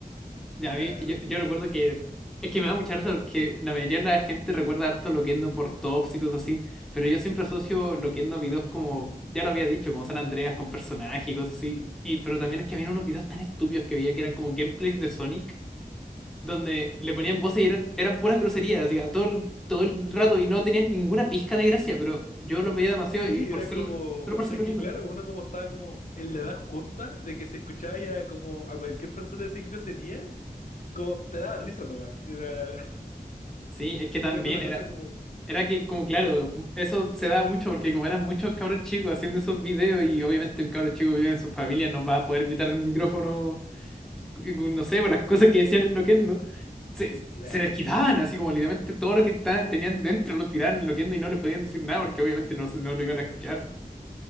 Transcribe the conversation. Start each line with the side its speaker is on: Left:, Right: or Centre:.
Centre: Y A
Left: claro.
Centre: mí, yo, yo recuerdo que, es que me da mucha risa porque la mayoría de la gente recuerda harto Loquendo por tops y cosas así, pero yo siempre asocio Loquendo a videos como, ya lo había dicho, como San Andreas con personajes y cosas así, y, pero también es que había unos videos tan estúpidos que veía que eran como gameplays de Sonic donde le ponían voces y eran, eran puras groserías, hacía todo, el- todo el
Left: S-
Centre: rato y no tenían ninguna pizca de gracia, pero yo los veía
Left: s-
Centre: demasiado
Left: Sí,
Centre: y por
Left: era
Centre: ser,
Left: como,
Centre: solo por ser
Left: es
Centre: loquiendo.
Left: que claro, uno como estaba como en la edad justa de que se escuchaba ya como a cualquier persona decir grosería, como te daba risa nomás, era,
Centre: Sí,
Left: <laughs>
Centre: es que también
Left: era una
Centre: era,
Left: cosa como,
Centre: era que como claro, eso se daba mucho porque como eran muchos cabros chicos haciendo esos videos y obviamente un cabro chico vive en su familia, no va a poder gritar en el micrófono, no sé, por las cosas que decían en loquendo. Se,
Left: claro.
Centre: se les quitaban así como literalmente todo lo que ta- tenían dentro lo tiraban en loquendo y no le podían decir nada porque obviamente no, se- no lo iban a escuchar.